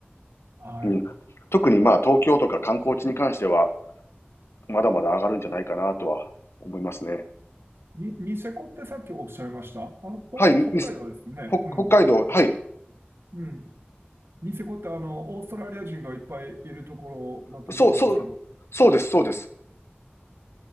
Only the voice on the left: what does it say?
うん。特にまあ、東京とか観光地に関しては、まだまだ上がるんじゃないかなとは思いますね。
はい、み北
北海道、はい。
そそう、そう、そうです、そうです。